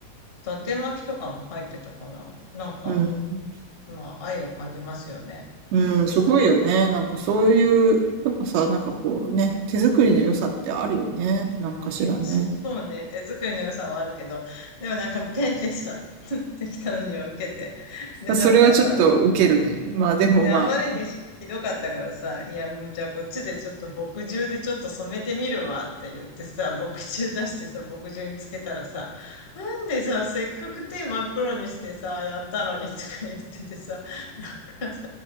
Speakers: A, on the left (about 65°); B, on the right (about 80°).
A: 伊達巻きとかも入ってたかな。なんか、
B: うん。
A: まあ、愛を感じますよね。
B: うん、すごいよね。なんかそういう、やっぱさ、なんかこうね、手作りの良さってあるよね。なんかしらね。
A: <laughs> もうね、手作りの良さはあるけど、でもなんかペンでさ、<laughs> できたのには受けて。で、
B: それはちょっとウケるね。
A: なんかさ、
B: まあでもまあ、
A: で、あまりにひひどかったからさ、いや、もうじゃあこっちでちょっと墨汁でちょっと染めてみるわって言ってさ、<laughs> 墨汁出してさ、墨汁につけたらさ、なんでさ、せっかく手真っ黒にしてさ、やったのにとか言っててさ、<laughs> なんかさ、